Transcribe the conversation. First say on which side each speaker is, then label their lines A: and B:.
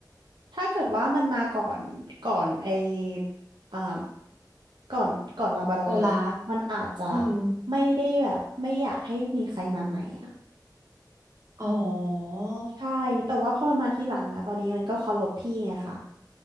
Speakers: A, on the right; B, on the right.
A: ถ้าเกิดว่ามันมาก่อนก่อนไอ้อ่าก่อนก่อนลาบราดอร์ตัวเนี้ยมันอาจจะ
B: โอลาฟ อืม
A: ไม่ได้แบบไม่อยากให้มีใครมาใหม่อ่ะ
B: อ๋อ
A: ใช่ แต่ว่าพอมันมาทีหลังอะตอนนี้มันก็เคารพพี่ไงคะ